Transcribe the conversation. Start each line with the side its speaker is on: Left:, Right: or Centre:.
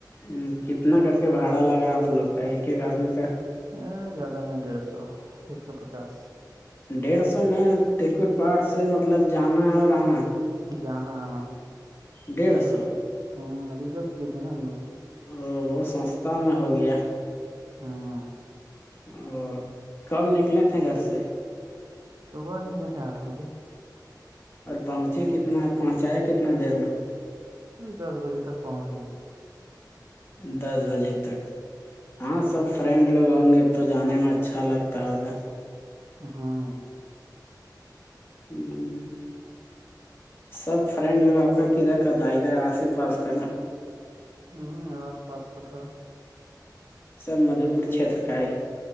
Left: ہ کتنا کر کے بھاڑا لگا آپ لوگ کا ایک ایک آدمی کا
Right: ا زیادہ نہیں ڈیڑھ سو ایک سو پچاس
Left: ڈیڑھ سو میں تلکٹ پہاڑ سے مطلب جانا ہے اور آنا
Right: جانا آنا تھا
Left: ڈیڑھ سو
Right: ہاں ریزرو کیے تھے نا ہم لوگ
Left: او بہت سستا میں ہو گیا
Right: ہاں
Left: اورو کم نکلے تھے گھر سے
Right: صبح نکلے تھے آٹھ بجے
Left: اور پہنچے کتنا پہنچایا کتنا دیر میں
Right: دس بجے تک پہنچ گیا تھا
Left: دس بجے تک ہاں سب فرینڈ لوگ ہوں گے تو جانے میں اچھا لگتا ہوگا
Right: ہاں
Left: ہوں سب فرینڈ لوگ آپ کا کدھر کا تھا ادھر آسی پاس کا نا
Right: ہوں آس پاس کا تھا
Left: سر مدھو پور چھیتر کا ہے